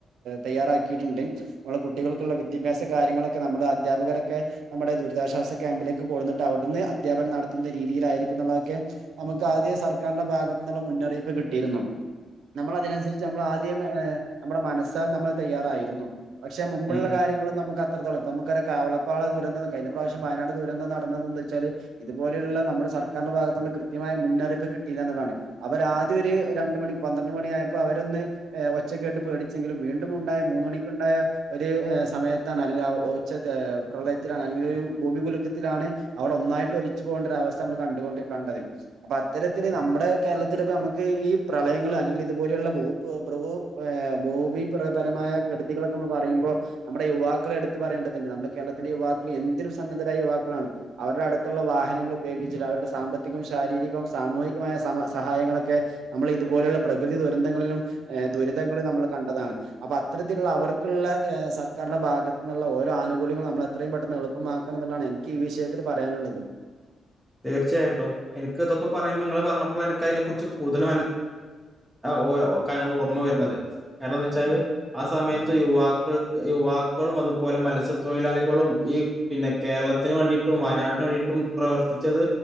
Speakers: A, on the right; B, in the centre.
A: തയ്യാറാക്കിയിട്ടുണ്ട് നമ്മെ കുട്ടികൾക്കുള്ള വിദ്യാഭ്യസ കാര്യങ്ങളൊക്ക നമ്മള് അധ്യാപകരൊക്കെ നമ്മുടെ ദുരിതാശ്വാസ ക്യാമ്പിലേക്ക് കൊണ്ടുന്നിട്ട് അവിടുന്ന് അധ്യാപനം നടത്തുന്ന രീതിയിലായിരിക്കും തൊക്കെ നമുക്ക് ആദ്യമെ സർക്കാരിന്റെ ഭാഗത്ത് നിന്നുള്ള മുന്നറിയിപ്പ് കിട്ടിയിരുന്നു നമ്മൾ അതിനനുസരിച്ച് നമ്മൾ ആദ്യ നമ്മുടെ മനസ്സാൽ നമ്മൾ തയ്യാറായിരുന്നു പക്ഷെ മുമ്പുള്ള
B: ഉം ഉം
A: കാര്യങ്ങളും നമുക്ക് നമുക്ക് അറിയാം കാവളപ്പാള ദുരന്തം കഴിഞ്ഞ പ്രാവിശ്യം വയനാട് ദുരന്തം നടന്നത് എന്താന്ന് വെച്ചാല് ഇത്പോലെയുള്ള നമ്മുടെ സർക്കാര് ഭാഗത്ത് നിന്നു ഈ കൃത്യമായ മുന്നറിയിപ്പ് കിട്ടിയില്ല എന്നുള്ളതാണ് അവർ ആദ്യം ഒരു രണ്ട് മണി പന്ത്രണ്ട് മണിയായപ്പോ അവര് ഒച്ചക്കേട്ട് പേടിച്ചെങ്കിലും വീണ്ടും ഉണ്ടായ മൂന്ന് മണിക്ക് ഉണ്ടായ ഒരു സമയത്ത് അല്ലെങ്കിൽ ആഹ് ഒച്ചത്തില് പ്രളയത്തിലാണ് അല്ലെങ്കിൽ ഒരു ഭൂമികുലുക്കത്തിലാണ് അവിടെ ഒന്നായിട്ട് ഒലിച്ച് പോകണ്ട ഒരു അവസ്ഥ നമ്മൾ കണ്ടുകൊണ്ട് കണ്ടത് അപ്പൊ അത്തരത്തില് നമ്മുടെ കേരളത്തില് ഇപ്പോ നമുക്ക് ഈ പ്രളയങ്ങള് അല്ലെങ്കിൽ ഇതുപോലെയുള്ള ഭു ഭു ഭൂമി പ്രഭരമായ കെടുതികളൊക്കെ നമ്മൾ പറയുമ്പോൾ നമ്മുടെ യുവാ യുവാക്കളെ എടുത്ത് പറയേണ്ടതുണ്ട് നമ്മുടെ കേരളത്തിന്റെ യുവാക്കൾ എന്തിനും സന്നദ്ധരായ യുവാക്കളാണ് അവരു അടുത്തുള്ള വാഹനങ്ങൾ ഉപയോഗിക്കുന്നത് അവരുടെ സാമ്പത്തികവും ശാരീരികവും സാമൂഹികമായ സഹായ സഹായങ്ങളൊക്കെ നമ്മൾ ഇതുപോലെയുള്ള പ്രകൃതി ദുരന്ത ങ്ങളിലും ദുരിതങ്ങളും നമ്മൾ കണ്ടതാണ് അപ്പൊ അത്തരത്തിലുള്ള അവർക്കുള്ള സർക്കാരിന്റെ ഭാഗത്ത് നിന്നുള്ള ഓരോ ആനുകൂല്യങ്ങളും നമ്മൾ എത്രയും പെട്ടെന്ന് എളുപ്പമാക്കണം എന്നുള്ളതാണ് എനിക്ക് ഈ വിഷയത്തിൽ പറയാനുള്ളത്
B: തീർച്ചയായിട്ടും എനിക്ക് ഇതൊക്കെ പറയുമ്പോ നിങ്ങള് പറഞ്ഞപ്പോൾ എനക്ക് അതിനെ കുറിച്ച് കൂടുതൽ ഓരോ കാര്യങ്ങൾ ഓർമ്മ വരുന്നത് കാരണംന്ന് വെച്ചാല് ആ സമയത്ത് യുവാക്കൾക്ക് യുവാക്കളും അതുപോലെ മത്സ്യത്തൊഴിലാളികളും ഈ പിന്നെ കേരളത്തിന് വേണ്ടിട്ടും വയനാട്ടിന് വേണ്ടിട്ടും പ്രവർ ച്ചത്